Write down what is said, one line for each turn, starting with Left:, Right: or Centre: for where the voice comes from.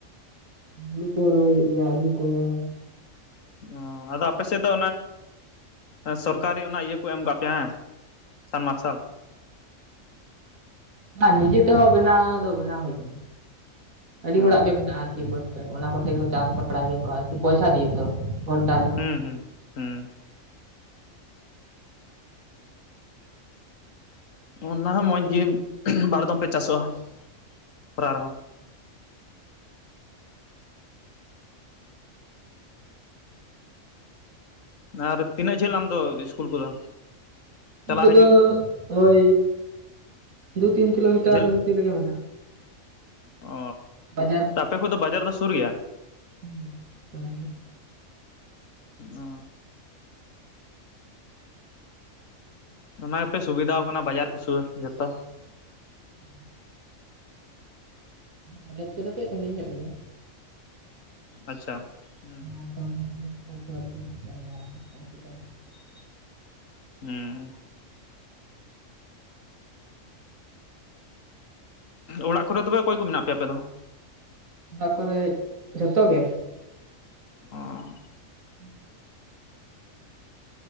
Right: ᱦᱩᱲᱩ ᱠᱚᱦᱚᱸ ᱨᱚᱦᱚᱭ ᱦᱩᱭᱩᱜ ᱜᱮᱭᱟ ᱟᱹᱞᱩ ᱠᱚᱦᱚᱸ᱾
Left: ᱚ ᱟᱫᱚ ᱟᱯᱮ ᱥᱮᱫ ᱫᱚ ᱥᱚᱨᱠᱟᱨᱤ ᱚᱱᱟ ᱤᱭᱟᱹ ᱠᱚ ᱮᱢ ᱠᱟᱜ ᱯᱮᱭᱟ ᱦᱮᱸ ᱥᱟᱱ ᱢᱟᱨᱥᱟᱞ᱾
Right: ᱦᱩᱸ ᱟᱨ ᱱᱤᱡᱮ ᱛᱮᱦᱚᱸ ᱵᱮᱱᱟᱣ ᱫᱚ ᱵᱮᱱᱟᱣ ᱦᱩᱭ ᱠᱟᱱᱟ᱾ ᱟᱹᱰᱤ
Left: ᱚ
Right: ᱦᱚᱲᱟᱜ ᱜᱮ ᱢᱮᱱᱟᱜᱼᱟ ᱟᱨᱠᱤ ᱵᱟᱹᱫᱽ ᱨᱮ ᱚᱱᱟ ᱠᱚᱛᱮ ᱜᱮᱠᱚ ᱪᱟᱥ ᱵᱟᱲᱟᱭ ᱜᱮᱭᱟ ᱠᱚ ᱟᱨᱠᱤ ᱯᱩᱭᱥᱟᱹ ᱫᱤᱭᱮ ᱛᱚ ᱜᱷᱚᱱᱴᱟ ᱨᱮ᱾
Left: ᱦᱩᱸ ᱦᱩᱸ ᱦᱮᱸ ᱚᱱᱟ ᱦᱚᱸ ᱢᱚᱡᱽ ᱜᱮ ᱵᱟᱨ ᱫᱚᱢ ᱯᱮ ᱪᱟᱥᱚᱜᱼᱟ ᱠᱷᱚᱨᱟ ᱨᱮᱦᱚᱸ᱾ ᱟᱨ ᱛᱤᱱᱟᱹᱜ ᱡᱷᱟᱹᱞ ᱟᱢ ᱫᱚ ᱤᱥᱠᱩᱞ ᱠᱚᱫᱚ? ᱪᱟᱞᱟᱜ
Right: ᱱᱤᱛᱚᱜ
Left: ᱦᱤᱡᱩᱜ
Right: ᱫᱚ ᱦᱳᱣ ᱫᱩ ᱛᱤᱱ ᱠᱤᱞᱳᱢᱤᱴᱟᱨ
Left: ᱡᱷᱟᱹᱞ
Right: ᱵᱷᱤᱛᱤᱨ ᱨᱮᱜᱮ ᱢᱮᱱᱟᱜᱼᱟ᱾
Left: ᱚ
Right: ᱵᱟᱡᱟᱨ
Left: ᱟᱯᱮ ᱠᱷᱚᱡ ᱫᱚ ᱵᱟᱡᱟᱨ ᱫᱚ ᱥᱩᱨ ᱜᱮᱭᱟ?
Right: ᱦᱮᱸ ᱥᱩᱨ ᱜᱮ
Left: ᱚ ᱚᱱᱟ ᱜᱮ ᱯᱮ ᱥᱩᱵᱤᱫᱷᱟᱮ ᱠᱟᱱᱟ ᱵᱟᱡᱟᱨ ᱠᱚ ᱥᱩᱩ ᱡᱚᱛᱚ᱾
Right: <inaudible> ᱠᱚᱞᱮᱡᱽ ᱠᱚᱫᱚ ᱠᱟᱹᱡ ᱥᱟᱺᱜᱤᱧ ᱧᱚᱜ ᱜᱮᱭᱟ᱾
Left: ᱟᱪᱪᱷᱟ, ᱦᱩᱸ
Right: <unintelligible>
Left: ᱦᱩᱸ ᱚᱲᱟᱜ ᱠᱚᱨᱮ ᱛᱚᱵᱮ ᱚᱠᱚᱭ ᱠᱚ ᱢᱮᱱᱟᱜ ᱯᱮᱭᱟ ᱟᱯᱮ ᱫᱚ?
Right: ᱚᱱᱟ ᱠᱚᱨᱮᱜ ᱡᱚᱛᱚ ᱜᱮ᱾
Left: ᱚᱸ
Right: <inaudible>